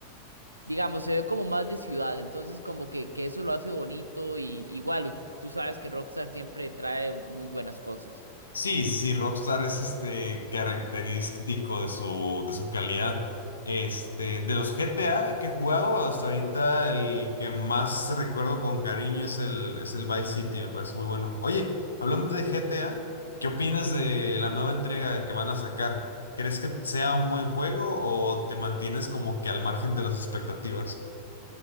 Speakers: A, on the right (about 85°); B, on the left (about 75°).
A: digamos, se ve como más de ciudad, entonces como que, que eso lo hace bonito y igual, u- tú sabes que Rockstar siempre trae muy buenas cosas.
B: Sí, sí, sí, Rockstar es este característico de su, de su calidad. Este, de los GTA que he jugado hasta ahorita, el que más recuerdo con cariño es el, es el Vice City, me parece muy bueno. Oye, hablando de GTA, ¿qué opinas de la nueva entrega que van a sacar? ¿Crees que sea un buen juego o te mantienes como que al margen de las expectativas?